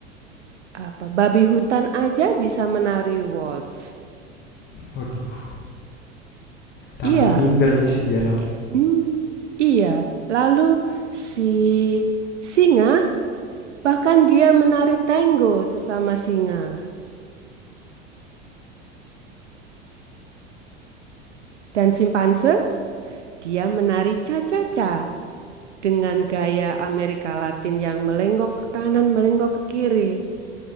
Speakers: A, on the right; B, on the left.
A: apa babi hutan aja bisa menari waltz.
B: waduh, tambah
A: Iya,
B: minder nih si Gerald.
A: hmm, iya. Lalu si singa bahkan dia menari tango sesama singa. Dan simpanse dia menari cha-cha-cha. Dengan gaya Amerika Latin yang melenggok ke kanan, melenggok ke kiri,